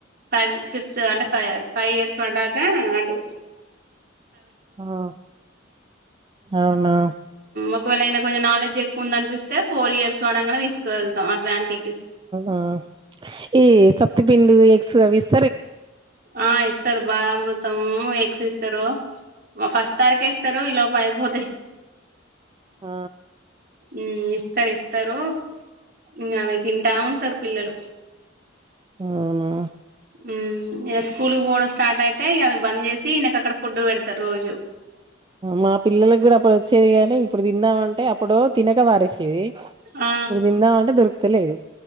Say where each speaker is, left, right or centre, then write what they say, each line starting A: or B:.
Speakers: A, on the right (about 55°); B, on the right (about 25°).
A: ఫైవ్ ఫిఫ్త్ అంటే ఫైవ్ ఇయర్స్ పడ్డాక అట్టు
B: ఆ అవునా
A: ఒకవేళ ఈయనకి కొంచెం నాలెడ్జ్ ఎక్కువ ఉంది అనిపిస్తే ఫోర్ ఇయర్స్ పడంగానే తీసుకేళ్తాం అ బ్యాంక్ కి
B: ఆ ఈ సప్తి పిండి సవిస్
A: ఆ ఇస్తారు బాలామృతము య సిస్ తారు ఫస్ట్ తారీఖే ఇస్తారు ఇ లోపల అయిపో
B: ఆ
A: ఉ ఇస్తారు ఇస్తారు ఇ అవి తింటా ఉంటారు పిల్లలు
B: అవునా
A: మ్ ఇక స్కూల్ కి పోవడం స్టార్ట్ అయితే, అవి బంద్ చేసి ఇనక అక్కడ ఫుడ్ పెడతారు రోజు
B: మా పిల్లలలకు కూడా అప్పుడు వచ్చేది గాని, ఇప్పుడు తిందామ అంటే అప్పుడు తినక వారేసేది
A: ఆ
B: ఇప్పుడు తిందా అంటే దొరుకుతే లేదు